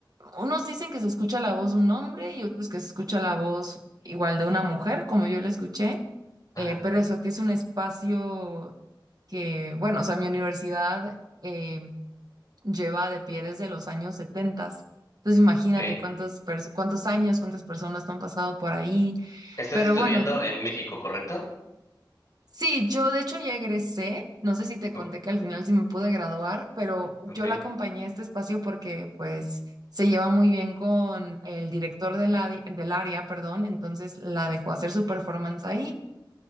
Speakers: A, on the right; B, on the left.
A: Unos dicen que se escucha la voz de un hombre y otros que se escucha la voz igual de una mujer, como yo la escuché.
B: Ajá.
A: Eh, pero eso, que es un espacio que, bueno, o sea, mi universidad eh, lleva de pie desde los años 70. Entonces imagínate
B: Ok.
A: cuántos, pers- cuántos años, cuántas personas no han pasado por ahí.
B: Estás
A: Pero
B: estudiando
A: bueno,
B: en México, ¿correcto?
A: sí, yo de hecho ya egresé. No sé si te
B: O-
A: conté que al final sí me pude graduar, pero yo
B: Ok.
A: la acompañé a este espacio porque pues se lleva muy bien con el director de la di- del área, perdón. Entonces la dejó hacer su performance ahí